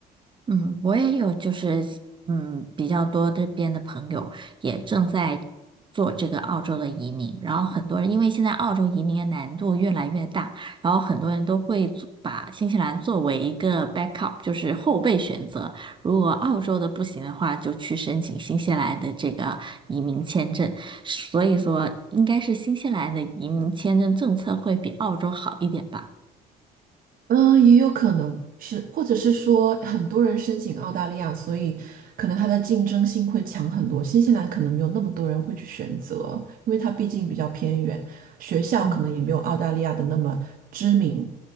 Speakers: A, on the right; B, on the right.
A: 嗯，我也有，就是嗯，比较多这边的朋友也正在做这个澳洲的移民，然后很多人因为现在澳洲移民的难度越来越大，然后很多人都会做把新西兰作为一个 backup，就是后备选择。如果澳洲的不行的话，就去申请新西兰的这个移民签证。所以说，应该是新西兰的移民签证政策会比澳洲好一点吧？
B: 嗯，也有可能是，或者是说很多人申请澳大利亚，所以可能它的竞争性会强很多。新西兰可能没有那么多人会去选择，因为它毕竟比较偏远，学校可能也没有澳大利亚的那么知名。
A: 嗯。